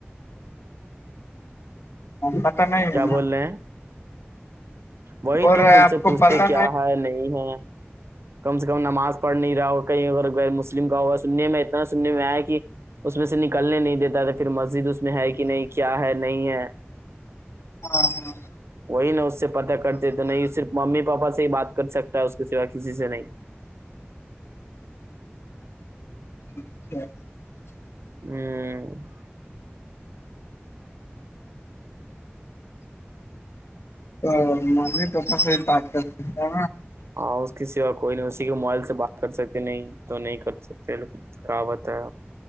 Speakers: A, on the left; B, on the right.
A: پت نہیں
B: کیا
A: ہے
B: بول
A: نا
B: رہے ہیں وہی
A: بول
B: تو
A: رہے
B: ان
A: آپ
B: سے
A: کو
B: پوچھتے
A: پتا
B: کیا ہے نہیں ہے کم سے کم نماز پڑھ نہیں رہا ہو کہیں اگر غیر مسلم کا ہوگا سننے میں اتنا سننے میں آیا کہ اس میں سے نکلنے نہیں دیتا تھا پھر مسجد اس میں ہے کہ نہیں کیا ہے نہیں ہے
A: ہاں ہاں
B: وہی ن اس سے پتا کرتے تو نہیں صرف ممی پاپا سے ہی بات کر سکتا ہے اس کے سوا کسی سے نہیں
A: اچھ <inaudible>
B: ہی <unintelligible> ہوں <unintelligible>
A: تو نے توپا ست بات کرتے کیا
B: ہاں اس کی سیا کوئی نہیں اسی کے موبائل سے بات کر سکتے نہیں تو نہیں کر سکتے کہاوت ہے